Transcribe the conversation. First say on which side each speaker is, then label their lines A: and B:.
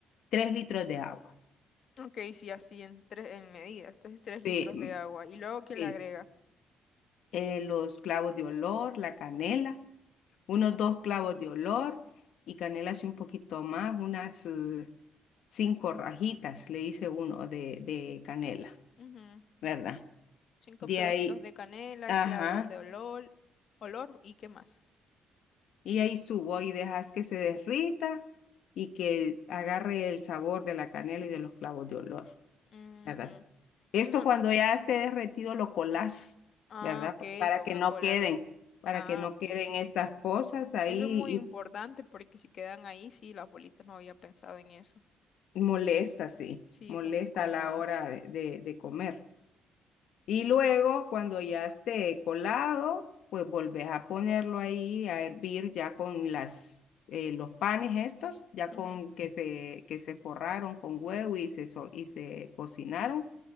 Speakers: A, on the left; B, on the left.
A: 3 litros de agua.
B: ok, sí, así en, tres, en medidas. Entonces, tres litros
A: Sí, mm,
B: de agua. Y luego, ¿qué
A: sí.
B: le agrega?
A: Eh, los clavos de olor, la canela, unos dos clavos de olor y canela así un poquito más, unas eh, cinco rajitas, le hice uno de, de canela,
B: Ujú,
A: ¿verdad?
B: Cinco
A: De
B: pedacitos
A: ahí,
B: de canela,
A: ajá.
B: clavos de olor, olor y qué más.
A: Y ahí subo y dejas que se derrita y que agarre el sabor de la canela y de los clavos de olor,
B: Ujú.
A: ¿verdad? Esto
B: Esos son...
A: cuando ya esté derretido lo colás,
B: Ah,
A: ¿verdad?
B: ok,
A: Pa- Para
B: tengo
A: que
B: que
A: no
B: colarlo.
A: queden, para
B: Ah,
A: que no
B: ok.
A: queden estas cosas ahí
B: Eso es muy importante porque si quedan ahí, sí, las bolitas no había pensado en eso.
A: y molesta, sí,
B: Sí,
A: molesta
B: son incómodas.
A: a la hora de, de de comer. Y luego, cuando ya esté colado, pues volvés a ponerlo ahí a hervir ya con las, eh, los panes estos, ya
B: Ujú,
A: con que se, que se forraron con huevo y se, so- y se cocinaron.